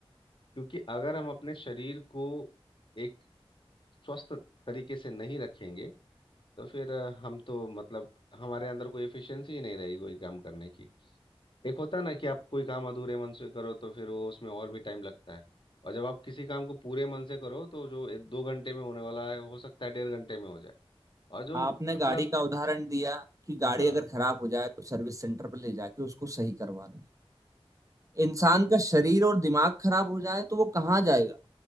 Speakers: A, on the left; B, on the right.
A: क्योंकि अगर हम अपने शरीर को एक स्वस्थ तरीके से नहीं रखेंगे तो फिर अ, हम तो मतलब हमारे अंदर कोई एफिशिएंसी ही नहीं रहेगी कोई काम करने की एक होता है ना कि आप कोई काम अधूरे मन से करो तो फिर वो उसमें और भी टाइम लगता है और जब आप किसी काम को पूरे मन से करो तो जो ए- दो घंटे में होने वाला है हो सकता है डेढ़ घंटे में हो जाए और जो
B: आपने
A: मतलब
B: गाड़ी का उदाहरण दिया कि गाड़ी
A: हाँ
B: अगर खराब हो जाए तो सर्विस सेंटर पर ले जाके उसको सही करवा लो इंसान का शरीर और दिमाग खराब हो जाए तो वो कहाँ जाएगा